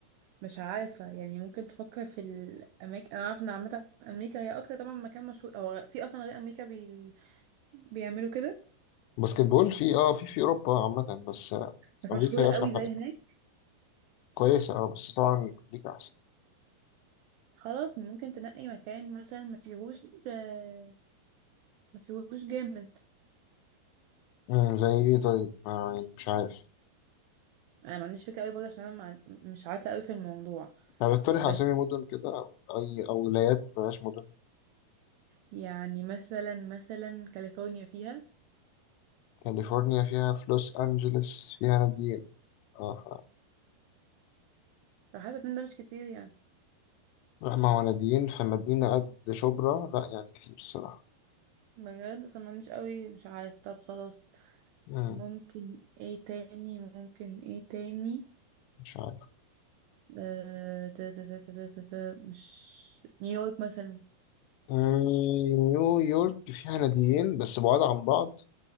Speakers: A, on the right; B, on the left.
A: مش عارفه يعني ممكن تفكر في الاماكن انا عارفه ان عامه امريكا هي اكتر طبعا مكان مشهور او في اصلا غير امريكا بي... بيعملوا كده
B: باسكت بول في اه في في اوروبا عامه بس آه،
A: بس
B: امريكا
A: مشهوره
B: هي
A: قوي
B: اشهر
A: زي
B: حاجه طبعا
A: هناك
B: كويسه اه بس طبعا امريكا احسن
A: خلاص ممكن تنقي مكان مثلا ما فيهوش آه، ما فيهوش جامد
B: مم، زي ايه طيب ما يعني مش عارف
A: انا ما عنديش فكره قوي برضه عشان انا ما عن- مش عارفه قوي في الموضوع
B: انا بقترح
A: بس
B: اسامي مدن كده او اي او ولايات بلاش مدن
A: يعني مثلا مثلا كاليفورنيا فيها
B: كاليفورنيا فيها في لوس انجلوس فيها ناديين اه ف-
A: فحاسة ان ده مش كتير يعني
B: لا ما هو ناديين في مدينه قد شبرا لا يعني كتير الصراحه
A: بجد صممنيش قوي مش عارف طب خلاص
B: مم،
A: ممكن ايه تاني ممكن ايه تاني
B: مش عارف
A: آه، تا- تا- تا- تا- تا- تا- تا- مش نيويورك مثلا
B: مم، نيويورك فيها ناديين بس بعاد عن بعض